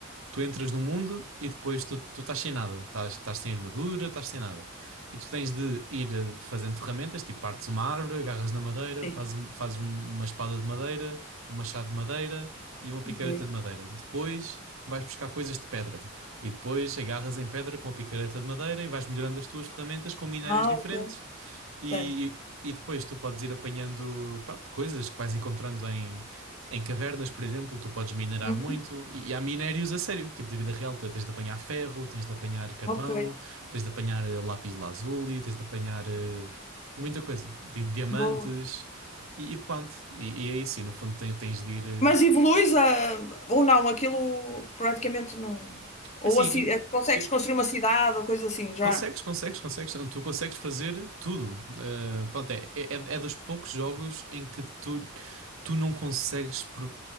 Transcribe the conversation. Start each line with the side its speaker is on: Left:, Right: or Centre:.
Right: tu entras no mundo e depois tu, tu estás sem nada, estás, estás sem armadura, estás sem nada. E tu tens de ir eh, fazendo ferramentas, tipo partes uma árvore, agarras na madeira,
Left: Sim.
Right: fazes, um- fazes um- uma espada de madeira, um machado de madeira e uma picareta
Left: Ok.
Right: de madeira. Depois vais buscar coisas de pedra e depois agarras em pedra com a picareta de madeira e vais melhorando as tuas ferramentas com minérios
Left: Ah,
Right: diferentes
Left: ok.
Right: e,
Left: Certo.
Right: e depois tu podes ir apanhando, pronto, coisas que vais encontrando em, em cavernas, por exemplo. Tu podes minerar
Left: Uhum.
Right: muito. E, e há minérios a sério, tipo de vida real. Tu Tens de apanhar ferro, tens de apanhar carvão,
Left: Ok.
Right: tens de apanhar eh, lápis lazuli, tens de apanhar eh, muita coisa. Di- diamantes
Left: Boa.
Right: e, e pronto. E, e é isso. E no fundo tens, tens de ir. eh,
Left: Mas evoluís a... ou não? Aquilo praticamente não. Ou
Right: Assim,
Left: a ci- eh, consegues
Right: e-
Left: construir uma cidade ou coisa assim, já.
Right: Consegues, consegues, consegues. Tu consegues fazer tudo. Uh, pronto, é, é, é dos poucos jogos em que tu, tu não consegues por-